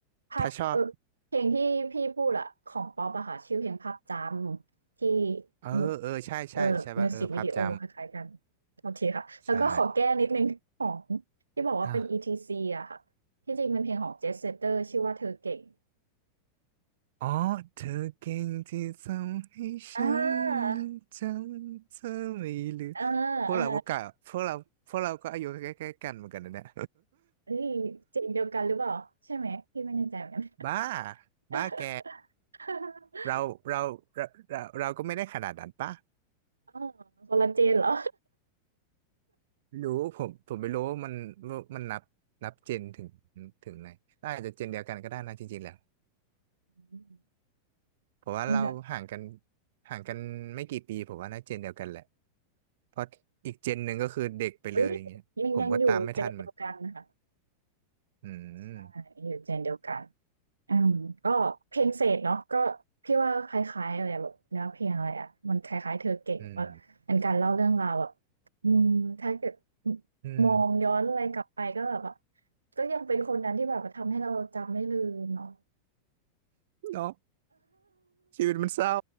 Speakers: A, on the right; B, on the right.
A: ภาพเออเพลงที่พี่พูดอะของป๊อปอะค่ะชื่อเพลงภาพจำที่
B: ถ้าชอบเออเออใช่ใช่ใช่ป่ะเออภาพจ
A: มิวเออมิวสิกวิดีโอคล้ายๆกันโอเคค่ะแล้วก็ขอแก้นิดนึงของ
B: ำใช่
A: ที่บอกว่าเป็นอีทีซีอะค่ะที่จริงเป็นเพลงของเจสเซเตอร์ชื่อว่าเธอเก่ง
B: อ่ะ อ๋อเธอเก่งที่ทำให้ฉัน
A: อ่า
B: จำเธอไม่ลืม
A: เออเออ
B: พวกเราก็กะพวกเราพวกเราก็อายุใกล้ๆกันเหมือนกันนะเนี่ย
A: เฮ้ยเจ๋งเดียวกันหรือเปล่าใช่ไหมพี่ไม่แน่ใจเหมือนกัน
B: <laughs> บ้า
A: <laughs>
B: บ้าแกเราเราเราเราเราก็ไม่ได้ขนาดนั้นปะ
A: อ๋อคนละเจนเหรอ
B: รู้ผมผมไม่รู้ว่ามันว่ามันนับนับเจนถึงถึงไหนอาจจะเจนเดียวกันก็ได้นะจริงๆแล้ว
A: อืม
B: เพราะว่าเราห่างกัน
A: ยังจะ
B: ห่างกันไม่กี่ปีผมว่าน่าเจนเดียวกันแหละ เพราะอีกเจนหนึ่งก็คือเด็กไปเลยอย่างเงี้ยผมก็ตามไม่ทันเหมือน
A: เอ้ยยังยังอยู่เจนเดียวกันนะคะ
B: อืม
A: ใช่อยู่เจนเดียวกันอืมก็เพลงเศษเนาะก็พี่ว่าคล้ายๆอะไรแบบเนื้อเพลงอะไรอ่ะมันคล้ายๆเธอเก่งว่าเป็นการเล่าเรื่องราวแบบ
B: อืม
A: อืมถ้าเกิด
B: อืม
A: มองย้อนอะไรกลับไปก็แบบว่าก็ยังเป็นคนนั้นที่แบบว่าทำให้เราจำไม่ลืมเนาะ
B: เนาะชีวิตมันเศร้า